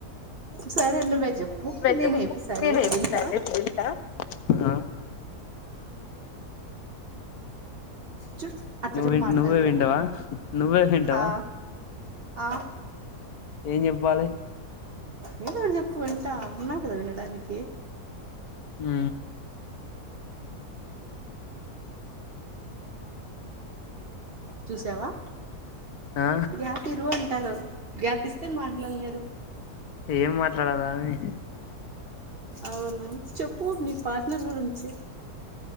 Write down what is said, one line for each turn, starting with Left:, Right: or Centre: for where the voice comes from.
Right: సరే నువ్వే చెప్పు నేనే
Left: చెప్పు
Right: ఇప్పుడు సైలెంట్గా
Left: నేనే ఇప్పుడు
Right: వుంటా
Left: సైలెంట్ గా ఉంటా ఆ
Right: చూడు అట్లా
Left: నువ్వ
Right: కూడా మాట్లాడలేవు
Left: నువ్వే వింటావ నువ్వే వింటవ
Right: హా ఆ
Left: ఏం చెప్పాలి
Right: ఏదో చెప్పు వింటా ఉన్నా కదా విన్నడానికి
Left: ఆ
Right: చూసావా
Left: ఆ
Right: గ్యాప్ ఇరు అంటారు గ్యాప్పిస్తే మాట్లాలేరు
Left: ఏం మాట్లాడాలా అని
Right: అవునా చెప్పు నీ పార్ట్నర్ గురించి